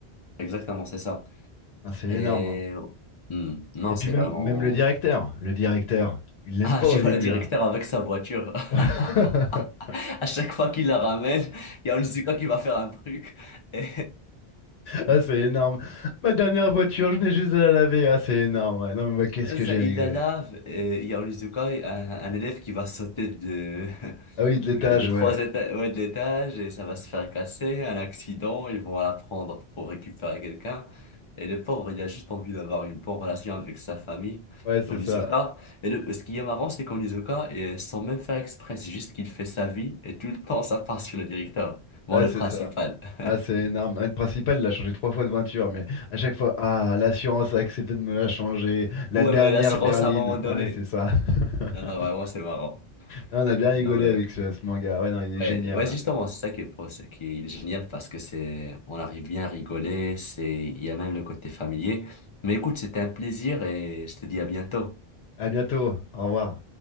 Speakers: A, on the left; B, on the left.
A: Exactement c'est ça.
B: ah, c'est
A: Et
B: énorme. hein.
A: hmm, non,
B: Et puis
A: c'est
B: même,
A: vraiment...
B: même le directeur,
A: <laughs>
B: le directeur, il l'aime
A: Ah,
B: pas au
A: tu vois
B: début.
A: le directeur
B: hein.
A: avec sa voiture.
B: <laughs>
A: <laughs> À chaque fois qu'il la ramène, il y a Onizuka qui va faire un truc. Et
B: Ah, c'est énorme. Ma dernière voiture, je n'ai juste de la laver. Ah, c'est énorme. ouais. Non, mais
A: <laughs>
B: moi, qu'est-ce
A: là,
B: que
A: ça,
B: j'ai
A: il
B: rigolé.
A: la lave et il y a Onizuka, un, un élève qui va sauter de... <laughs>
B: Ah oui, de l'étage,
A: Euh, Des trois
B: ouais.
A: étages, ouais, de l'étage, et ça va se faire casser, un accident, ils vont la prendre pour récupérer quelqu'un. Et le pauvre, il a juste envie d'avoir une bonne relation avec sa famille,
B: Ouais, c'est
A: en
B: ça.
A: Isoka. Et le, ce qui est marrant, c'est qu'en Isoka, et sans même faire exprès, c'est juste qu'il fait sa vie, et tout le temps, ça part sur le directeur. Bon,
B: Ouais,
A: le
B: c'est
A: principal.
B: ça. Ah,
A: <laughs>
B: c'est énorme. Ah, le principal, il a changé trois fois de voiture, mais à chaque fois, ah, l'assurance a accepté de me la changer. La
A: Ouais,
B: dernière
A: mais l'assurance
B: berline.
A: à un moment donné.
B: Ouais, c'est ça. <laughs>
A: Non, non, vraiment, c'est marrant.
B: Ah, On a bien rigolé
A: Non, mais.
B: avec ce, ce manga. Ouais, non, il est
A: Ouais,
B: génial.
A: ouais,
B: hein.
A: justement, c'est ça qui est, pro- c'est qui est génial parce que c'est, on arrive bien à rigoler, c'est, il y a même le côté familier. Mais écoute, c'était un plaisir et je te dis à bientôt.
B: À bientôt. Au revoir.